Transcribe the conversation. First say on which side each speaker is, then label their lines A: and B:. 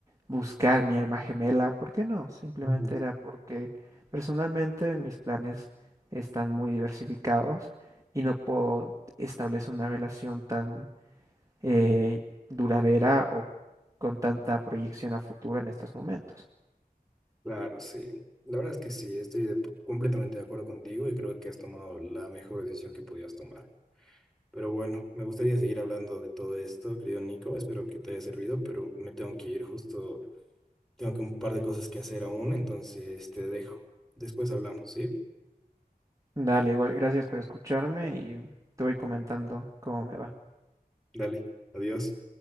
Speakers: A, on the right; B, in the centre.
A: buscar mi alma gemela. ¿Por qué no? Simplemente
B: Ujú.
A: era porque personalmente mis planes están muy diversificados y no puedo establecer una relación tan eh, duradera o con tanta proyección a futuro en estos momentos.
B: Claro, sí. La verdad es que sí, estoy de- completamente de acuerdo contigo y creo que has tomado la mejor decisión que podías tomar. Pero bueno, me gustaría seguir hablando de todo esto, querido Nico. Espero que te haya servido, pero me tengo que ir justo. Tengo que un par de cosas que hacer aún, entonces te dejo. Después hablamos, ¿sí?
A: Dale, igual, gracias por escucharme y te voy comentando cómo me va.
B: Dale, adiós.